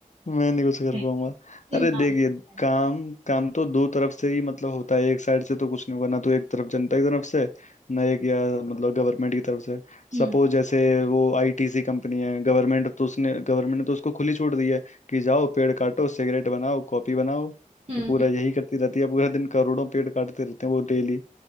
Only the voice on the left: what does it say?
मैं नहीं कुछ
कर पाऊंगा
अरे देखिए
काम काम तो दो तरफ से ही मतलब होता है एक साइड से तो कुछ नहीं होगा ना तो एक तरफ जनता की तरफ से ना एक या मतलब गवर्नमेंट की तरफ से
सपोज जैसे वो आईटीसी कंपनी है गवर्नमेंट तो उसने गवर्नमेंट ने तो उसको खुली छूट दी है कि जाओ पेड़ काटो सिगरेट बनाओ कॉपी बनाओ
वो पूरा
यही करती रहती है पूरा दिन करोड़ों पेड़ काटते रहते हैं वो डेली